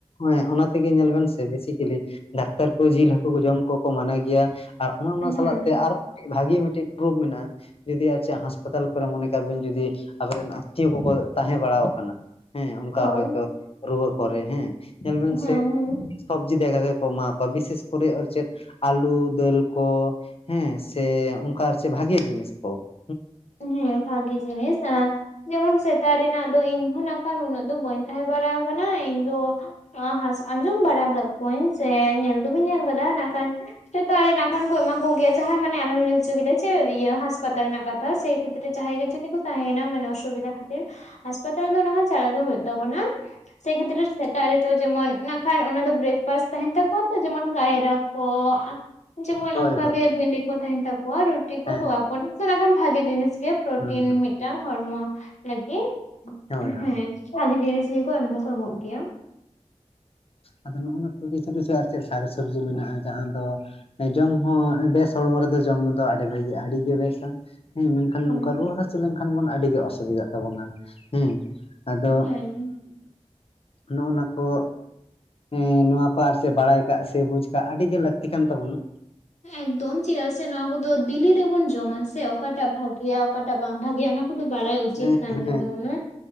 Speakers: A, on the left; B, on the left.
A: ᱦᱮᱸ ᱚᱱᱟ ᱛᱮᱜᱮ ᱧᱮᱞ ᱵᱮᱱ ᱥᱮ ᱵᱮᱥᱤᱠᱮᱞᱤ ᱰᱟᱠᱛᱟᱨ ᱠᱚ ᱡᱤᱞ ᱦᱟᱹᱠᱩ ᱠᱚ ᱡᱚᱢ ᱠᱚᱠᱚ ᱢᱟᱱᱟ ᱜᱮᱭᱟ ᱾ ᱚᱱ-ᱚᱱᱟ
B: ᱦᱮᱸ
A: ᱥᱟᱞᱟᱜ ᱛᱮ ᱟᱨ ᱢᱤᱫᱴᱤᱡ ᱵᱷᱟᱜᱤ ᱢᱤᱫᱴᱮᱱ ᱯᱨᱩᱯᱷ ᱢᱮᱱᱟᱜ-ᱟ ᱾ ᱡᱩᱫᱤ ᱟᱨ ᱪᱮᱫ ᱦᱟᱸᱥᱯᱟᱛᱟᱞ ᱠᱚᱨᱮ ᱢᱚᱱᱮ ᱠᱟᱜ ᱵᱮᱱ ᱡᱩᱫᱤ ᱟᱵᱚᱨᱮᱱ ᱟᱛᱤᱭᱳ ᱠᱚᱠᱚ ᱛᱟᱦᱮᱸ ᱵᱟᱲᱟᱣ ᱟᱠᱟᱱᱟ ᱦᱮᱸ ᱚᱱᱠᱟ
B: ᱦᱳᱭ
A: ᱦᱚᱭᱛᱳ ᱨᱩᱣᱟᱹ ᱠᱚᱨᱮ ᱦᱮᱸ ᱧᱮᱞ ᱵᱮᱱ
B: ᱦᱮᱸ
A: ᱥᱮ
B: ᱦᱮᱸ
A: ᱥᱚᱵᱽᱡᱤ ᱫᱟᱠᱟ ᱜᱮᱠᱚ ᱮᱢᱟ ᱚ ᱵᱤᱥᱮᱥ ᱠᱚᱨᱮ ᱟᱨ ᱪᱮᱫ ᱟᱞᱩ ᱫᱟᱹᱞ ᱠᱚ ᱦᱮᱸ ᱥᱮ ᱚᱱᱠᱟ ᱟᱨ ᱪᱮᱫ ᱵᱷᱟᱜᱮ ᱡᱤᱱᱤᱥ ᱠᱚ ᱾
B: ᱦᱮᱸ ᱵᱷᱟᱜᱤ ᱡᱤᱱᱤᱥ ᱟᱨ ᱡᱮᱢᱚᱱ ᱥᱮᱛᱟᱜ ᱨᱮᱱᱟᱜ ᱫᱚ ᱤᱧ ᱦᱚᱸ ᱱᱟᱜ ᱠᱷᱟᱱ ᱩᱱᱟᱹᱜ ᱫᱚ ᱵᱟᱹᱧ ᱛᱟᱦᱮᱸ ᱵᱟᱲᱟ ᱟᱠᱟᱱᱟ ᱤᱧ ᱫᱚ ᱟ ᱦᱟᱸᱥ ᱟᱸᱡᱚᱢ ᱵᱟᱲᱟ ᱟᱠᱟᱫ ᱠᱚᱣᱟᱹᱧ ᱥᱮ ᱧᱮᱞ ᱫᱚ ᱵᱟᱹᱧ ᱧᱮᱞ ᱟᱠᱟᱫᱟ ᱱᱟᱜᱠᱷᱟᱱ ᱥᱮᱛᱟᱜ ᱨᱮ ᱱᱟᱜᱠᱷᱟᱱ ᱠᱚ ᱮᱢᱟ ᱠᱚ ᱜᱮᱭᱟ ᱡᱟᱦᱟᱸᱭ ᱢᱟᱱᱮ ᱟᱢᱮᱢ ᱞᱟᱹᱭ ᱦᱚᱪᱚ ᱠᱮᱫᱟ ᱡᱮ ᱤᱭᱟᱹ ᱦᱟᱸᱥᱯᱟᱛᱟᱞ ᱨᱮᱱᱟᱜ ᱠᱟ ᱛᱷᱟ ᱥᱮᱭ ᱠᱷᱮᱛᱨᱮ ᱡᱟᱦᱟᱭ ᱜᱮ ᱡᱚᱫᱤ ᱠᱚ ᱛᱟᱦᱮᱸᱭᱱᱟ ᱢᱟᱱᱮ ᱚᱥᱩᱵᱤᱫᱟ ᱠᱷᱟᱹᱛᱤᱨ ᱦᱟᱸᱥᱯᱟᱛᱟᱞ ᱫᱚ ᱱᱟᱦᱚᱭ ᱪᱟᱞᱟᱣ ᱫᱚ ᱦᱩᱭᱩᱜ ᱛᱟᱵᱚᱱᱟ᱾ ᱥᱮ ᱠᱷᱮᱛᱨᱮ ᱥᱮᱛᱟᱜ ᱨᱮ ᱫᱚ ᱡᱮᱢᱚᱱ ᱠᱷᱟᱱ ᱚᱱᱟ ᱫᱚ ᱵᱨᱮᱠᱯᱷᱟᱥᱴ ᱛᱟᱦᱮᱱ ᱛᱟᱠᱚᱣᱟ ᱛᱚ ᱡᱮᱢᱚᱱ ᱠᱟᱭᱨᱟ ᱠᱚ, ᱡᱮᱢᱚᱱ
A: ᱦᱳᱭ
B: ᱚᱱᱠᱟᱜ
A: ᱦᱳᱭ
B: ᱜᱮ ᱵᱤᱞᱤ ᱠᱚ ᱛᱟᱦᱮᱱ ᱛᱟᱠᱚᱣᱟ ᱨᱩᱴᱤ ᱠᱚ
A: ᱦᱮᱸ
B: ᱛᱚᱣᱟ ᱠᱚ ᱱᱟᱜᱠᱷᱟᱱ ᱵᱷᱟᱜᱤ ᱡᱤᱱᱤᱥ ᱜᱮ, ᱯᱨᱚᱴᱤᱱ
A: ᱦᱩᱸ
B: ᱢᱤᱫᱴᱟᱝ ᱦᱚᱲᱢᱚ ᱞᱟᱹᱜᱤᱫ
A: ᱦᱳᱭ
B: ᱦᱮᱸ᱾
A: ᱦᱳᱭ
B: ᱟᱹᱰᱤ ᱡᱤᱱᱤᱥ ᱜᱮᱠᱚ ᱮᱢ ᱫᱚᱠᱚ ᱮᱢᱚᱜ ᱜᱮᱭᱟ,
A: ᱟᱫᱚ ᱱᱚᱜᱼᱚ <unintelligible> ᱟᱨ ᱪᱮᱫ ᱥᱟᱠᱥᱚᱵᱽᱡᱤ ᱢᱮᱱᱟᱜᱼᱟ ᱡᱟᱦᱟᱸ ᱫᱚ ᱡᱚᱢ ᱦᱚᱸ ᱵᱮᱥ ᱦᱚᱲᱢᱚ ᱨᱮᱫᱚ ᱡᱚᱢ ᱫᱚ ᱟᱹᱰᱤ ᱵᱷᱟᱹᱜᱤ ᱟᱹᱰᱤᱜᱮ ᱵᱮᱥᱟ, ᱦᱮᱸ ᱢᱮᱱᱠᱷᱟᱱ
B: ᱦᱳᱭ
A: ᱱᱚᱝᱠᱟ ᱨᱩᱣᱟᱹ ᱦᱟᱹᱥᱩ ᱞᱮᱱᱠᱷᱟᱱ ᱵᱚᱱ ᱟᱹᱰᱤ ᱜᱮ ᱚᱥᱩᱵᱤᱫᱷᱟᱜ ᱛᱟᱵᱚᱱᱟ᱾ ᱦᱮᱸ, ᱟᱫᱚ
B: ᱦᱮᱸ
A: ᱱᱚᱜᱼᱚ ᱱᱟ ᱠᱚ ᱩᱻ ᱱᱚᱶᱟ ᱠᱚ ᱟᱨ ᱪᱮᱫ ᱵᱟᱲᱟᱭ ᱠᱟᱜ ᱥᱮ ᱵᱩᱡ ᱠᱟᱜ ᱟᱹᱰᱤ ᱜᱮᱤ ᱞᱟᱹᱠᱛᱤ ᱠᱟᱱ ᱛᱟᱵᱚᱱᱟ,
B: ᱮᱠᱫᱚᱢ ᱪᱮᱫᱟᱜ ᱥᱮ ᱱᱚᱶᱟ ᱫᱤᱞᱤ ᱨᱮᱵᱚᱱ ᱡᱚᱢᱟ ᱥᱮ ᱚᱠᱟᱴᱟᱜ ᱵᱷᱟᱜᱮᱭᱟ ᱚᱠᱟᱴᱟᱜ ᱵᱟᱝ ᱵᱷᱟᱜᱮᱭᱟ ᱚᱱᱟ ᱚᱱᱟ ᱠᱚᱫᱚ ᱵᱟᱲᱟᱭ ᱩᱪᱤᱛ
A: ᱦᱮᱸ
B: ᱠᱟᱱ ᱜᱮᱛᱟᱵᱚᱱᱟ᱾
A: ᱦᱮᱸ